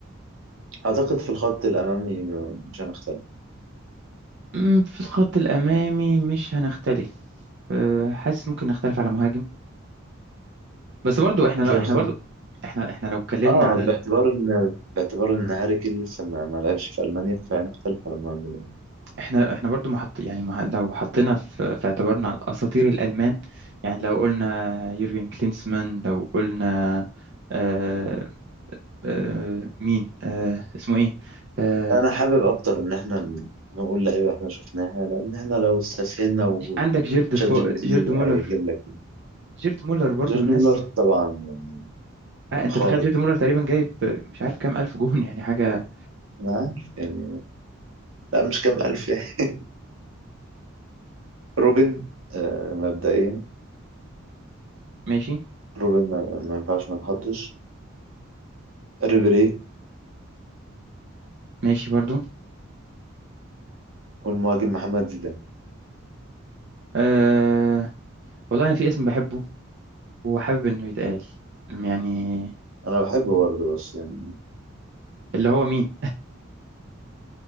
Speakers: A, on the right; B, on the right.
A: أعتقد في الخط الأمامي مش هنختلف
B: أمم، في الخط الأمامي مش هنختلف آه حاسس ممكن نختلف على مهاجم بس برضو احنا لو
A: مش هنختلف
B: احنا برضو احنا احنا لو اتكلمنا
A: اه
B: على ال-
A: باعتبار ان باعتبار ان هاري كين لسه ما ما لعبش في المانيا فهنختلف على الموضوع
B: احنا احنا برضو محط يعني مح- لو حطينا في, في اعتبارنا الأساطير الألمان يعني لو قلنا يورجن كلينسمان لو قلنا آه آه مين آه اسمه ايه آه،
A: انا حابب اكتر ان احنا ن- نقول لعيبه احنا شفناها لان احنا لو استسهلنا وتشات
B: عندك جيرد فو...
A: جي بي تي
B: جيرد مولر
A: هيجيب لك
B: جيرد مولر برضو
A: جوردن
B: من الناس
A: ميلر طبعا يعني
B: آه انت
A: خارق
B: تخيل جيرد مولر تقريبا جايب مش عارف كام الف جون يعني حاجه
A: انا عارف يعني لا مش كام الف يعني <laughs> روبن آه مبدئيا
B: ماشي
A: روبن ما, ما ينفعش ما نحطش ريبيري
B: ماشي برضو
A: والمهاجم محمد زيدان
B: آه... والله انا في اسم بحبه وحابب انه يتقال يعني
A: انا بحبه برضه بس يعني
B: اللي هو مين